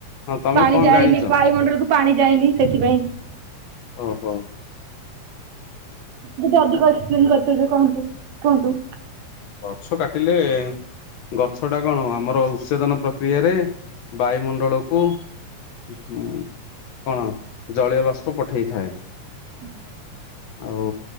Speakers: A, on the left; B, on the right.
A: ହଁ ତମେ
B: ପାଣି
A: କଣ
B: ଯାଏନି
A: ଜାଣିଛ?
B: ବାୟୁମଣ୍ଡଳକୁ ପାଣି ଯାଏନି ସେଥିପାଇଁ।
A: ଓ ହୋ।
B: ଯେ ଅଧିକ ଏକ୍ସପ୍ଲେନ କରିଥିବେ କୁହନ୍ତୁ କୁହନ୍ତୁ।
A: ଗଛ କାଟିଲେ ଗଛ ଟା କଣ ଆମର ଉଚଛେଦନ ପ୍ରକ୍ରିୟାରେ ବାୟୁମଣ୍ଡଳକୁ। ହଁ କଣ ଜଳୀୟ ବାଷ୍ପ ପଠେଇଥାଏ।
B: ହୁଁ।
A: ଆଉ